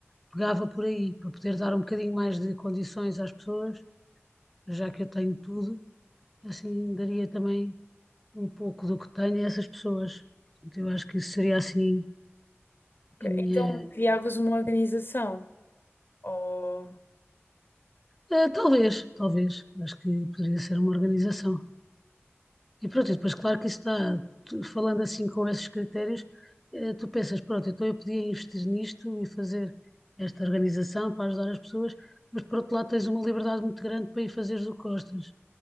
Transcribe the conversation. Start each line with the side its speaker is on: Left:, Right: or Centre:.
Centre: pegava por aí, para poder dar um bocadinho mais de condições às pessoas, já que eu tenho tudo, assim daria também um pouco do que tenho a essas pessoas. Portanto, eu acho que isso seria assim
Left: Ok,
Centre: a minha.
Left: Então criavas uma organização. Ou-
Centre: eh, talvez, talvez. Acho que poderia ser uma organização. E pronto, e depois, claro que isso dá, tu- falando assim com esses critérios, eh, tu pensas, pronto, então eu podia investir nisto e fazer esta organização para ajudar as pessoas, mas por outro lado tens uma liberdade muito grande para ir fazeres o que gostas,